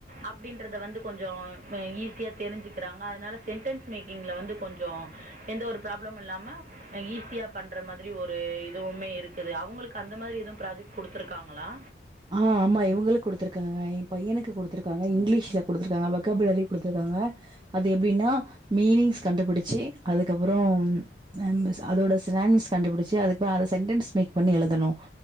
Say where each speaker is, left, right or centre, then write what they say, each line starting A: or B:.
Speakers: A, on the right (about 40°); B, on the right (about 25°).
A: அப்படின்றத வந்து கொஞ்ச ஈஸியா தெரிஞ்சுக்கிறாங்க அதனால சென்டன்ஸ் மேக்கிங்ல வந்து கொஞ்ச எந்த ஒரு ப்ராப்ளமு இல்லாம ஈஸியா பண்ற மாதிரி ஒரு இதுவுமே இருக்குது அவங்களுக் அந்த மாதிரி எதுவு ப்ராஜெக்ட் கொடுத்துருக்காங்களா
B: ஆ ஆமா இவங்களுக்கு கொடுத்துருக்காங்க எ பையனுக்கு கொடுத்துருக்காங்க இங்கிலீஷ்ல கொடுத்துருக்காங்க வக்காபுலரி கொடுத்துருக்கா ங்க அது எப்படின்னா மீனிங்ஸ் கண்டுபிடிச்சு அதுக்கப்புறம் அது அதோட சினானிம்ஸ் கண்டுபிடிச்சு அதுக்கு சென்டன்ஸ் மேக் பண்ணி எழுதனு